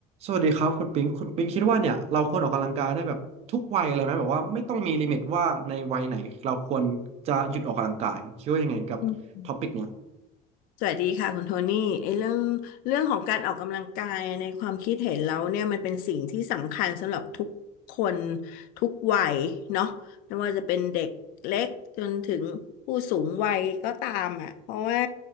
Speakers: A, on the right; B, on the left.
A: สวัสดีครับคุณปิงคุณปิงคิดว่าเนี่ยเราควรออกกำลังกายได้แบบทุกวัยอะไรไหมแบบว่าไม่ต้องมีลิมิตว่าในวัยไหนเราควรจะหยุดออกกำลังกายคิดว่ายังไงกับท็อปิกเนี้ย
B: อืมสวัสดีค่ะคุณโทนี่ไอ้เรื่องเรื่องของการออกกำลังกายในความคิดเห็นเราเนี่ยมันเป็นสิ่งที่สำคัญสำหรับทุกคนทุกวัยเนาะไม่ว่าจะเป็นเด็กเล็กจนถึงผู้สูงวัยก็ตามอ่ะเพราะว่า